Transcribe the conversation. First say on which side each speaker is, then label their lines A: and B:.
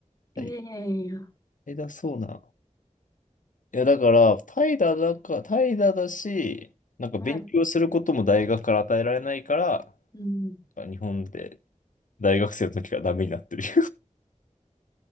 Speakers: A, on the left; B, on the left.
A: いやいやいや。
B: 怠怠惰そうな。いや、だから、怠惰だか、怠惰だし、なんか勉強することも大学から与えられないから、
A: はい。うん。
B: 日本で大学生の時からダメになってるよ。